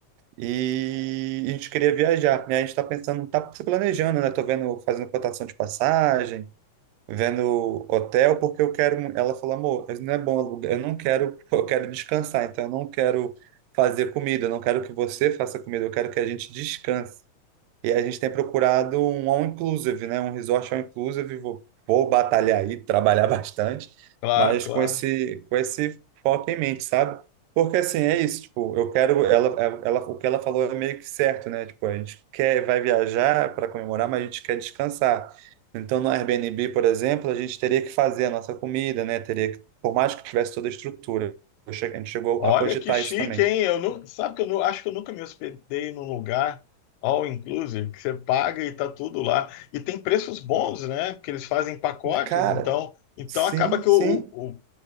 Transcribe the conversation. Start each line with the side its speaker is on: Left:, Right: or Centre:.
Right: E a gente queria viajar, né? A gente está pensando, tá se planejando, né? Tô vendo, fazendo cotação de passagem, vendo hotel, porque eu quero. Ela falou, amor, isso não é bom alugar. Eu não quero, eu quero descansar, então eu não quero fazer comida, eu não quero que você faça comida, eu quero que a gente descanse. E a gente tem procurado um all inclusive, né? Um resort all inclusive. Vou, vou batalhar aí, trabalhar <laughs> bastante,
Left: claro,
Right: mas
Left: claro.
Right: com esse com esse foco em mente, sabe? Porque assim, é isso, tipo, eu quero ela, é, ela o que ela falou é meio que certo, né? Tipo, a gente quer vai viajar para comemorar, mas a gente quer descansar. Então, no Airbnb, por exemplo, a gente teria que fazer a nossa comida, né? Teria que, por mais que tivesse toda a estrutura, eu che- a gente chegou
Left: Olha
Right: a cogitar
Left: que chique,
Right: isso também.
Left: hein? Eu não, sabe que eu não, acho que eu nunca me hospedei num lugar all inclusive, que você paga e tá tudo lá. E tem preços bons, né? Porque eles fazem pacotes,
Right: Cara,
Left: então, então
Right: sim,
Left: acaba que
Right: sim.
Left: o, o- o-